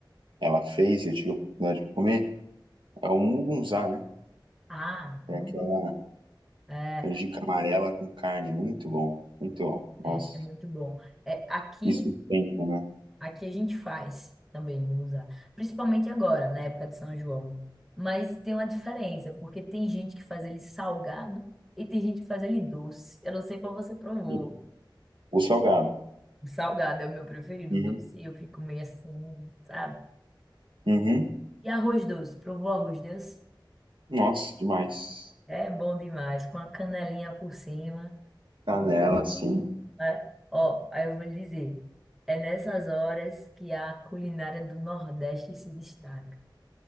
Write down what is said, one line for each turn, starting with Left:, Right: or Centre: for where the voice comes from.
Right: ela fez e eu tive a oportunidade de comer, é o mugunzá, né?
Centre: Ah,
Right: É
Centre: hum,
Right: aquela
Centre: é,
Right: canjica amarela com carne, muito bom, muito bom. Nossa,
Centre: é, é muito bom. É, aqui...
Right: isso sustenta, né?
Centre: Aqui a gente faz também musa, principalmente agora, na época de São João. Mas tem uma diferença, porque tem gente que faz ele salgado e tem gente que faz ele doce. Eu não sei qual você provou.
Right: Sim. O salgado.
Centre: O salgado é o meu preferido,
Right: Uhum.
Centre: o doce eu fico meio assim, sabe?
Right: Uhum.
Centre: E arroz doce, provou arroz doce?
Right: Nossa, demais.
Centre: É bom demais, com a canelinha por cima,
Right: Canela, sim.
Centre: né? Ó, aí eu vou lhe dizer, é nessas horas que a culinária do Nordeste se destaca.